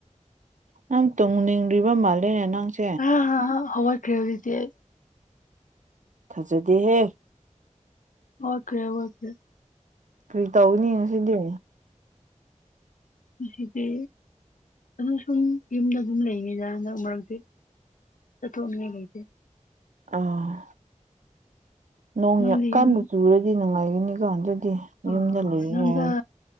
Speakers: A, on the right; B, on the left.
A: ꯅꯪ ꯇꯨꯡꯅꯤꯡꯔꯤꯕ ꯃꯥꯜꯂꯦꯅꯦ ꯅꯪꯁ
B: ꯑ ꯍꯥ ꯍꯧꯒꯠꯈꯔꯦ ꯍꯣꯖꯤꯛꯇꯤ ꯑꯩ
A: ꯊꯖꯗꯤꯍꯦ
B: ꯑꯣꯛꯈꯔꯦ ꯍꯧꯒꯠꯀꯦ
A: ꯀꯔꯤ ꯇꯧꯒꯅꯤ ꯉꯁꯤꯗꯤ
B: ꯃꯁꯤꯗꯤ ꯑꯗꯨ ꯁꯨꯝ ꯌꯨꯝꯗ ꯑꯗꯨꯝ ꯂꯩꯅꯤꯅ ꯍꯟꯗꯛ ꯃꯔꯛꯇꯤ ꯆꯊꯣꯛꯅꯤꯡꯉꯥꯏ ꯂꯩꯗꯦ
A: ꯑꯥ ꯅꯣꯡꯌꯀꯥꯟꯗ
B: ꯅꯪꯗꯤ ꯌꯨꯝ
A: ꯆꯨꯔꯗꯤ ꯅꯨꯡꯉꯥꯏꯒꯅꯤꯒ ꯑꯗꯨꯗꯤ
B: ꯑ
A: ꯌꯨꯝꯗ ꯂꯩ
B: ꯅꯪꯗ
A: ꯌꯥꯏ